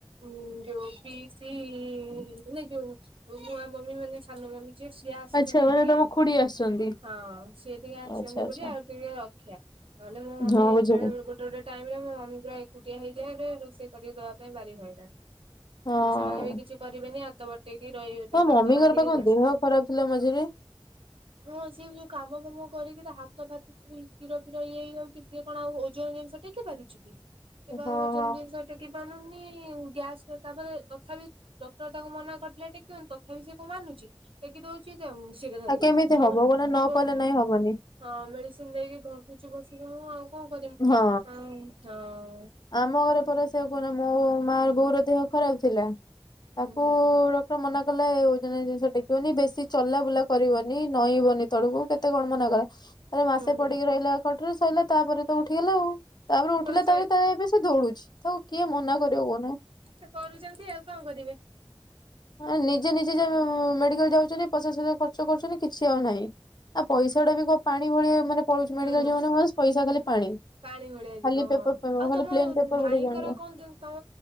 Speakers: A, on the right; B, on the left.
A: ଉଁ ଯୋଉ ପିସି ମାନେ ଯୋଉ ନୂଆ ମମି ମାନେ ସାନ ମମି ଯିଏ ସିଏ ଆସିଛନ୍ତି
B: ଆଚ୍ଛା ମାନେ
A: ଟିକେ
B: ତମ ଖୁଡି ଆସୁଛନ୍ତି।
A: ହଁ ସିଏ ଟିକେ ଆସିଛନ୍ତି
B: ଆଚ୍ଛା ଆଚ୍ଛା
A: ବୋଲି ଆଉ ଟିକେ ରକ୍ଷା ନହେଲେ ମୋ ମମି
B: ହଁ ବୁଝିଲି
A: ବେଳେ ଗୋଟେ ଗୋଟେ ଟାଇମ ରେ ମୋ ମମି ପୁରା ଏକୁଟିଆ ହେଇଯାଏ ରୋଷେଇ କରି ଦବା ପାଇଁ ବାରି ହଇରାଣି
B: ହଁ।
A: ଆ ସେମାନେ ବି କିଛି କରିବେନି ଆଉ ହାତ ବଟେଇକି ରହିିବଥା
B: ମୋ ମମିଙ୍କର
A: ସାତ ବାନ୍ଧିକି
B: ପା କଣ
A: ବ
B: ଦେହ ଖରାପ ଥିଲା ମଝିରେ।
A: ହଁ ସେ ଯୋଉ କାମ ଫାମ କରିକି ତା ହାତ ଫାତ କ୍ଷୀର ଫିର ଇଏ ହେଇଯାଉଛି ସି କଣ ଆଉ ଓଜନ ଜିନିଷ ଟେକି ପାରୁଛି କି? କିବା
B: ହଁ
A: ଓଜନ
B: ହଁ।
A: ଜିନିଷ ଟେକି ପାରୁନି ଗ୍ୟାସ ଫ୍ୟାସ୍ ତାପରେ ତଥାପି ଡକ୍ଟର ତାଙ୍କୁ ମନା କରିଥିଲା ଟେକିବନି ତଥାପି ସେ କ ମାନୁଛି। ଟେକିଦଉଛି ଯ ଶୀଘ୍ର ଧରି
B: ଆଉ
A: ଦଉଛି
B: କେମିତି
A: ତଣୁ
B: ହବ କହୁନା ନ
A: ତାକୁ,
B: କଲେ ନାଇଁ ହବନି
A: ହଁ ମେଡିସିନ ଦେଇକି ଘସୁଛି ବସିକି ମୁ ଆଉ କଣ କରିମି
B: ହଁ।
A: ହଁ।
B: ଆମ ଘରେ ପର ସେଆ କୁହନା ମୋ ମା ର ବୋଉର ଦେହ ଖରାପ ଥିଲା
A: ହଁ
B: ତାକୁଡ
A: ହୁଁ ହୁଁ
B: ସେ ମନାକଲାଓଜନିଆ ଜିନିଷ ଟେକିବନି ବେଶୀ ଚଲାବୁଲା କରିବନି ନଈଁବନି। ତେଳୁକୁ କେତେ କଣ ମନା କଲାରେ ମାସେ
A: ହୁଁ ହୁଁ
B: ପଡିକି ରହିଲା ଖଟରେ ସରିଲା ତାପରେ ତ ଉଠିଗଲା ଆଉ ତାପରେ ଉଠିଲା
A: ପୁଣି
B: ତାପରେ
A: ସେ
B: ତା ଏବେ ସେ ଦୌଡୁଛି ତାକୁ କିଏ ମନା କରିବ କହୁନା?
A: ସେ କରୁଛନ୍ତି ଆଉ କଣ କରିବେ?
B: ମ ନିଜେ ନିଜେ ମେଡିକାଲ ଯାଉଛନ୍ତି ପଚା ପସା ଖର୍ଚ୍ଚ କରୁଛନ୍ତି କିଛି ଆଉ ନାହିଁ। ଆଉ ପଇସା ଟା ବି କ ପାଣି ଭଳି ମାନେ ପଳଉଛି
A: ହୁଁ
B: ମେଡିକାଲ ଯାନ ପଇସା ଖାଲି ପାଣି।
A: ପାଣି ଭଳିଆ
B: ଖାଲି
A: ଯିବ ହଁ
B: ପେପର
A: ଆଉ
B: ଖାଲି
A: ତମ
B: ପ୍ଲେନ ପେପର
A: ଭାଇଙ୍କର
B: ବୋଲି ଜାଣିବ।
A: କହନ୍ତୁ? ତମ